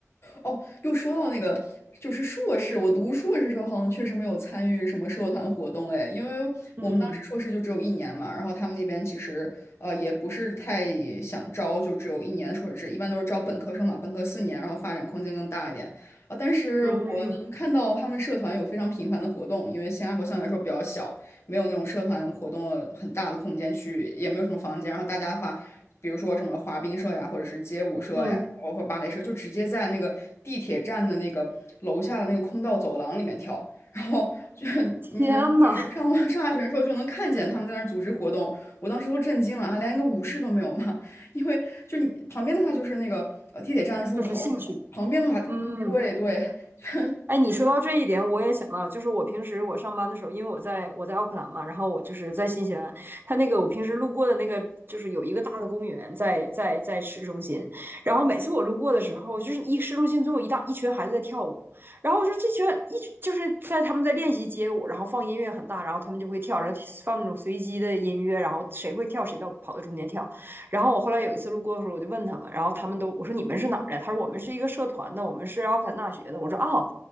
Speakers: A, on the left (about 55°); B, on the right (about 45°).
A: 哦，又说到那个，就是硕士，我读硕士时候好像确实没有参与什么社团活动，哎，因为我们当时硕士就只有一年嘛，
B: 嗯
A: 然后他们那边其实呃也不是太想招，就只有一年的硕士制，一般都是招本科生嘛，本科四年，然后发展空间更大一点啊。但是我能看到他们社团有非常频繁的活动，
B: 嗯
A: 因为新加坡相对来说比较小，没有那种社团活动很大的空间去，也没有什么房间，然后大家的话。比如说什么滑冰社呀，或者是街舞社呀，
B: 嗯，
A: 包括芭蕾社，就直接在那个地铁站的那个楼下的那个空道走廊里面跳。然后就是你平时上上下学的时候就能看见他们在那儿组织活动，
B: 天呐，
A: 我当时都震惊了啊，连一个舞室都没有嘛！<laughs> 因为就你旁边的话就是那个呃地铁站的入口，
B: 就是兴趣。
A: 旁边的话，
B: 嗯。
A: 对对，<laughs> 确
B: 哎，你说到这一点，我也想到，就是我平时我上班的时候，因为我在我在奥克兰嘛，然后我就是在新西兰，它那个我平时路过的那个，就是有一个大的公园在在在市中心，然后每次我路过的时候，就是一市中心总有一大一群孩子在跳舞，然后我说这群一就是在他们在练习街舞，然后放音乐很大，然后他们就会跳，然后放那种随机的音乐，然后谁会跳谁到跑到中间跳，然后我后来有一次路过的时候，我就问他们，然后他们都我说你们是哪儿的？他说我们是一个社团的，我们是奥克兰大学的。我说哦。